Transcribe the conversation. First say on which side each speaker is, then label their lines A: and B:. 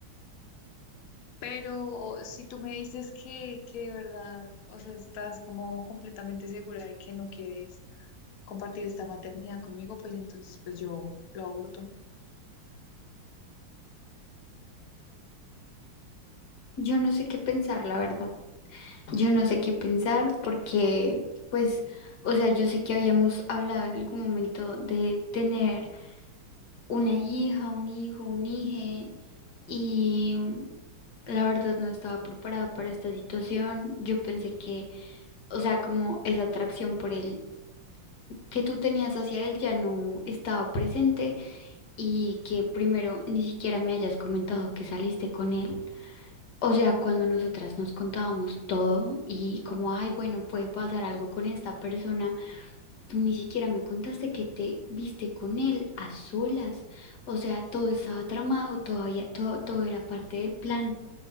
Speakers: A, on the left; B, on the left.
A: pero si tú me dices que, que de verdad, o sea, estás como completamente segura de que no quieres compartir esta maternidad conmigo, pues entonces pues yo lo aborto.
B: Yo no sé qué pensar, la verdad. Yo no sé qué pensar porque, pues, o sea, yo sé que habíamos hablado en algún momento de tener una hija, un hijo, un hije, y mm, la verdad no estaba preparada para esta situación. Yo pensé que, o sea, como esa atracción por él que tú tenías hacia él ya no estaba presente y que primero ni siquiera me hayas comentado que saliste con él. O sea, cuando nosotras nos contábamos todo y como, ay, bueno, puede pasar algo con esta persona, tú ni siquiera me contaste que te viste con él a solas. O sea, todo estaba tramado, todavía, todo, todo era parte del plan.